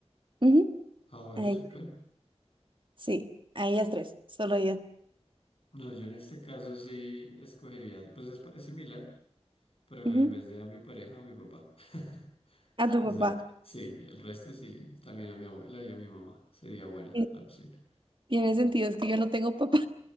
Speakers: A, on the right; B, on the left.
A: Ujú.
B: Ah, bueno,
A: A
B: súper.
A: ella- sí, a ellas tres, solo ellas.
B: No, yo en este caso sí escogería, pues es, pa- es similar, pero
A: Ujú.
B: en vez de a mi pareja, a mi papá. <laughs>
A: A tu
B: O sea,
A: papá.
B: sí, el resto sí, también a mi abuela y a mi mamá. Sería buena
A: Eh,
B: opción.
A: Tiene sentido, es que yo no tengo papá.